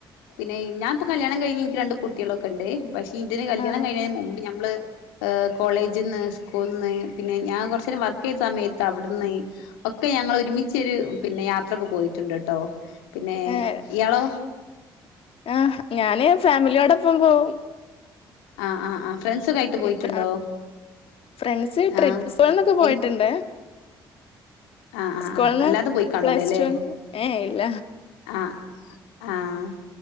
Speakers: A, on the left (about 75°); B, on the left (about 55°).
A: പിന്നെ ഞാനിപ്പൊ കല്യാണം കഴിഞ്ഞ് എനിക്ക് രണ്ട് കുട്ടികളൊക്കെണ്ട് ശെ ഇതിന് കല്യാണം
B: ആഹ്
A: കഴിഞ്ഞതിന് മുമ്പ് ഞമ്മള് കോളേജിന്ന് സ്കൂളന്ന് പിന്നെ ഞാൻ കുറച്ചേരം വർക്ക് ചെയ്ത സമയത്ത് അവിടുന്ന് ഒക്കെ ഞങ്ങൾ ഒരുമിച്ചൊരു പിന്നെ യാ തൊക്കെ പോയിട്ടുണ്ട് ട്ടോ പിന്നെ
B: ഏഹ്
A: ഇയാളോ
B: ആഹ് ഞാന് ഫാമിലിയോടൊപ്പം പോവും
A: ആഹ് ആഹ് ആഹ് ഫ്രണ്ട്സൊക്കെ ആയിട്ട് പോയിട്ടുണ്ടോ
B: ഇപ്പ ഫ്രണ്ട്സ് ട്രിപ്പ്
A: ആഹ്
B: സ്കൂള്ന്നൊക്കെ പോയിട്ടുണ്ട്
A: എ ആഹ് ആഹ്
B: സ്കൂളിന്ന്
A: ആ അല്ലാതെ പോയികാണൂല
B: പ്ലസ്
A: അല്ലെ
B: ടു ഏഹ് ഇല്ല
A: ആഹ് ആഹ്